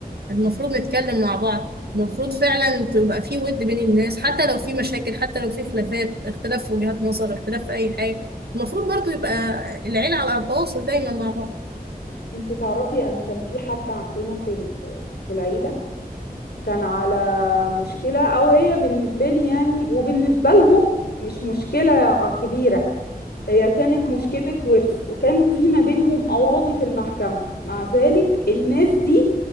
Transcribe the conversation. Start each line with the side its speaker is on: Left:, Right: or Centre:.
Right: المفروض نتكلم مع بعض المفروض فعلا تبقى في ود بين الناس حتى لو في مشاكل حتى لو في خلافات اختلاف في وجهات نظر اختلاف في أي حاجة المفروض برضو يبقى العيلة على تواصل دايما مع بعض
Left: انتي تعرفي أنا كان في حد عندنا في ال- في العيلة كان على مشكلة أو هي بالنسبة لي يعني وبالنسبة لهم مش مشكلة ع- كبيرة هي كانت مشكلة ورث وكان في ما بينهم قواضي في المحكمة مع ذلك الناس دي